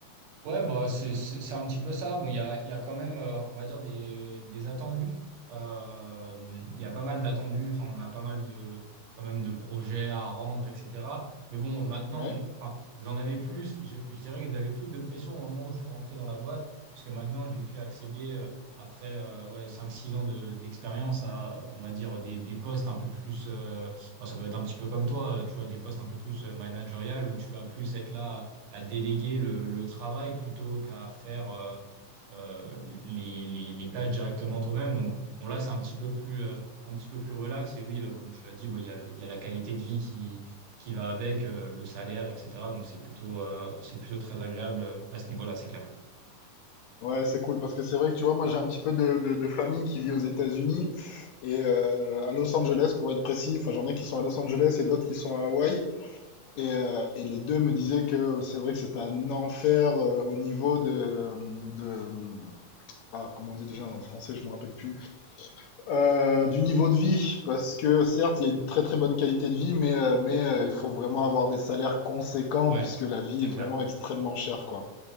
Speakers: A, on the right (about 90°); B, on the left (about 75°).
A: Ouais, bah, c'est c'est- c'est un petit peu ça. Bon, il y a, il y a quand même, euh, on va dire, des, des attendus. Euh, il y a pas mal d'attendus. Enfin, on a pas mal de, quand même, de projets à rendre, etc. Mais bon, maintenant,
B: Ouais.
A: on- enfin, j'en avais plus. Je, je dirais que j'avais plus de pression au moment où je suis rentré dans la boîte. Parce que maintenant, j'ai pu accéder, euh, après euh, ouais, 5-6 ans de, d'expérience, à, on va dire, des, des postes un peu plus. euh, bon, ça doit être un petit peu comme toi, euh, tu vois, des postes un peu plus euh, managériales où tu vas plus être là à déléguer le, le travail plutôt qu'à faire euh, euh, les, les, les tâches directement toi-même. Donc bon, là, c'est un petit peu plus, euh, un petit peu plus relax. Et oui, euh, comme tu l'as dit, bon, il y a, la- il y a la qualité de vie qui, qui va avec, euh, le salaire, etc. Donc c'est plutôt, euh, c'est plutôt très agréable euh, à ce niveau-là, c'est clair.
B: Ouais, c'est cool parce que c'est vrai que tu vois, moi j'ai un petit peu de, de, de famille qui vit aux États-Unis et euh, à Los Angeles pour être précis. Enfin, j'en ai qui sont à Los Angeles et d'autres qui sont à Hawaï. Et, euh, et les deux me disaient que c'est vrai que c'était un enfer euh, au niveau de, de ah, comment on dit déjà en français, je me rappelle plus. Euh, du niveau de vie, parce que certes, il y a une très très bonne qualité de vie, mais, euh, mais euh, il faut vraiment avoir des salaires conséquents,
A: Ouais,
B: puisque la vie
A: c'est
B: est
A: clair.
B: vraiment extrêmement chère, quoi.